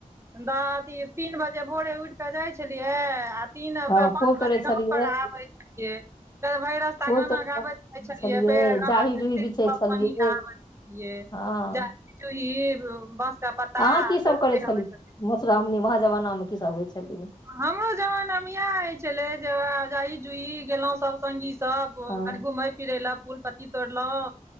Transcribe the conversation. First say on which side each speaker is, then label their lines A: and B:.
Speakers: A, on the right; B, on the left.
A: त अथी तीन बजे भोरे उइठ के जाय छलियै आ तीन
B: हँ
A: पाँच
B: फूल तोड़ै
A: बजे गाम
B: छलियै
A: पर आबै छलियै, तऽ भैरस स
B: फूल
A: गाना
B: तोड़ि
A: गाबैत
B: कऽ आनै
A: रहइत छलियै फेर गाना
B: जाही
A: गेइते
B: जुही बिछै
A: सभ
B: छलियै
A: पानि मे आबैत रहियै।
B: हँ
A: दुईब बाँस कऽ पत्ता
B: अहाँ की सब
A: तोड़ते
B: करै छलियै
A: आबै छथिन।
B: मधुश्रावणी मे वऽ जमाना मे कि सभ होई छलै।
A: हमरो जमाना मे इएह हय छलै जे जाई जुई गेलहु सभ संगी सभ
B: हँ
A: कनि घूमय फिरे लए फूल पत्ती तोड़लहु